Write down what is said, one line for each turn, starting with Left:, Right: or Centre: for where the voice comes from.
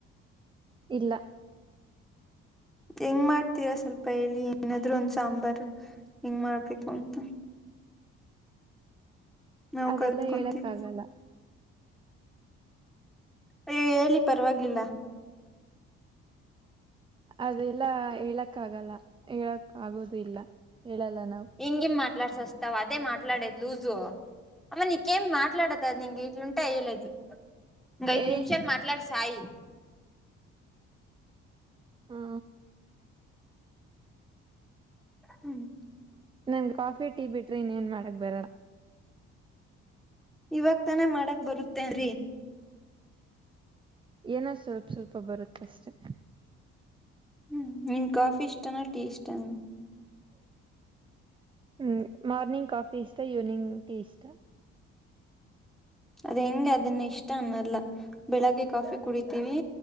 Right: ಇಲ್ಲ
Centre: ಹೆಂಗ್ ಮಾಡ್ತೀರಾ ಸ್ವಲ್ಪ ಹೇಳಿ ಏನಾದ್ರು ಒಂದ ಸಾಂಬಾರ್ ಹೆಂಗ್ ಮಾಡ್ಬೇಕು ಅಂತ ನಾವ್
Right: ಅದೆಲ್ಲಾ
Centre: ಕಲ್ತ್ಕೊಂತೀವಿ
Right: ಹೇಳಕ್ಕ ಆಗಲ್ಲ
Centre: ನೀ ಹೇಳಿ ಪರವಾಗಿಲ್ಲ
Right: ಅದೆಲ್ಲ ಹೇಳಕ್ ಆಗಲ್ಲ ಹೇಳಕ್ ಆಗೋದು ಇಲ್ಲ ಹೇಳಲ್ಲ ನಾವು
Centre: ಹಂಗಿ ಮಾಡ್ಸಸ್ ತವು ಅದೇ ಮಾತಾಡೇದು ಲೂಜು ಅಮ್ಮ ನಿಕೇಮ ಮಾಟ್ಡೋದು ಅದು ನಿಂಗಗೆ ಇಟ್ಲುಂ ಅಯಲದು ಒ ಐದು
Right: ಏಯ್
Centre: ನಿಮಿಷಾಲ ಮಾತಾಡ್ ಸಾಾಯ
Right: ಹ್ಮ
Centre: ಹ್ಮ್
Right: ನನ್ ಕಾಫಿ ಟೀ ಬಿಟ್ರೆ ಇನ್ಏನ್ ಮಾಡಕ್ ಬರ
Centre: ಇವಾಗ ತಾನೇ ಮಾಡಕ್ ಬರುತ್ತೇನ್
Right: ಏನೋ ಸ್ವಲ್ಪ ಸ್ವಲ್ಪ ಬರುತ್ತ ಅಷ್ಟೆ
Centre: ಹ್ಮ್ ನೀನ್ ಕಾಫಿ ಇಷ್ಟಾನ ಟೀ ಇಷ್ಟಾನ
Right: ಹ್ಮ್ ಮಾರ್ನಿಂಗ್ ಕಾಫಿ ಇಷ್ಟ ಈವ್ನಿಂಗ್ ಟೀ ಇಷ್ಟ
Centre: ಅದ ಹೆಂ ಅದನ್ನ ಇಷ್ಟ ಅನ್ನಲ್ಲ ಬೆಳಿಗ್ಗೆ ಕಾಫಿ ಕುಡಿತೀವಿ